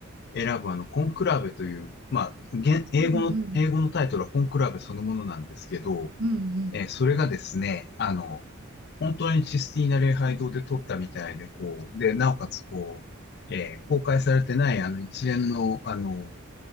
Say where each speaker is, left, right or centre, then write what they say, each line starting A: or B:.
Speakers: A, on the left; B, on the right.
A: 選ぶあの、コンクラベという、まあ、現英語の、
B: ー、うんうん、
A: 英語のタイトルはコンクラベそのものなんですけど、
B: うんうん、
A: えーそれがですね、あの、本当にシスティーナ礼拝堂で撮ったみたいで、こう、で、なおかつ、こう、えー公開されてない、あの、一連の、あの、